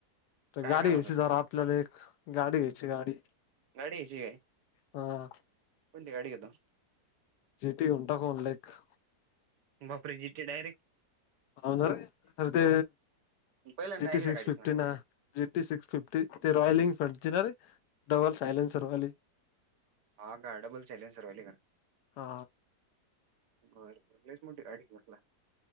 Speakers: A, on the left; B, on the right.
A: तर गाडी
B: काम
A: घ्यायची
B: होतं
A: जरा
B: तुम
A: आपल्याला एक गाडी घ्यायची गाडी
B: नडीची
A: हा.
B: कोण गाडी घेतो.
A: सिटी उटाकन लेख
B: बा फ्रिजट डारेक्ट
A: होन अदी
B: पहिल्यांदा
A: जि
B: ऐकलं
A: टी सक्स
B: गाडीच
A: फिफ्टीन
B: नाव
A: जिट्टी सिक्स फिफ्टी ते रॉयल इनफ्रड दिणारे डबल सायलेनसरवाली
B: हां का डबल ॅलेंजरवाले का?
A: हा
B: बरलेच मोठ गडी म्हटलं.